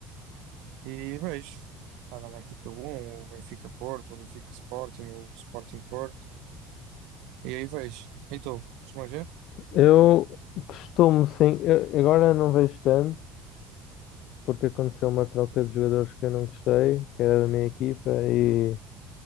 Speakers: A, on the right (about 70°); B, on the left (about 60°).
A: e vejo. Está a dar na rtp um ou Benfica Porto, ou Benfica Sporting, ou Sporting Porto. E aí vejo. E tu, costumas ver?
B: Eu costumo, sim, eu- agora não vejo tanto, porque aconteceu uma troca de jogadores que eu não gostei, que era da minha equipa, e